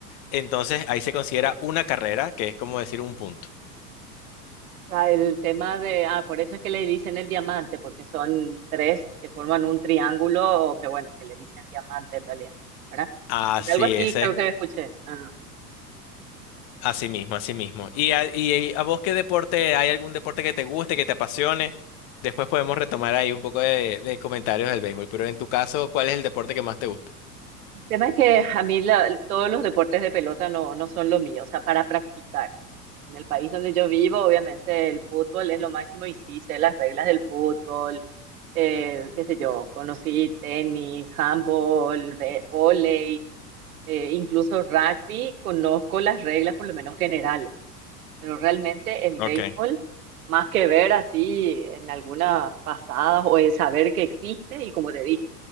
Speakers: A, on the left; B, on the right.
A: entonces ahí se considera una carrera, que es como decir un punto.
B: O sea, el tema de, ah, por eso es que le dicen el diamante, porque son tres que forman un triángulo o que bueno, que le dicen diamante en realidad, ¿verdad?
A: Así
B: Porque algo así
A: es,
B: creo que escuché. Ah.
A: Así mismo, así mismo. ¿Y a, y a vos qué deporte, hay algún deporte que te guste, que te apasione? Después podemos retomar ahí un poco de, de comentarios del béisbol, pero en tu caso, ¿cuál es el deporte que más te gusta?
B: El tema es que a mí la- todos los deportes de pelota no, no son lo mío, o sea, para practicar. En el país donde yo vivo, obviamente el fútbol es lo máximo y sí sé las reglas del fútbol, eh, qué sé yo, conocí tenis, handball, ve- vóley, eh, incluso rugby, conozco las reglas por lo menos generales, pero realmente el
A: Ok.
B: béisbol, más que ver así en algunas pasadas o el saber que existe y como te dije,